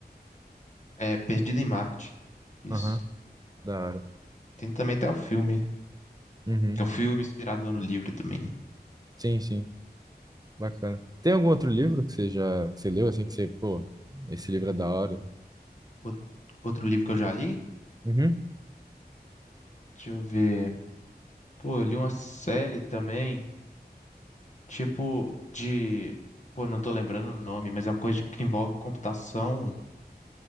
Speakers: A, on the left; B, on the right.
A: É Perdido em Marte, isso.
B: Aham. Da hora.
A: Tem também até o filme,
B: Uhum.
A: que é o filme inspirado no livro também, né?
B: Sim, sim. Bacana. Tem algum outro livro que você já que você leu assim que você, pô, esse livro é da hora?
A: Out- Outro livro que eu já li,
B: Uhum.
A: deixa eu ver. Pô, eu li uma série também. Tipo de. Pô, não tô lembrando o nome, mas é uma coisa que envolve computação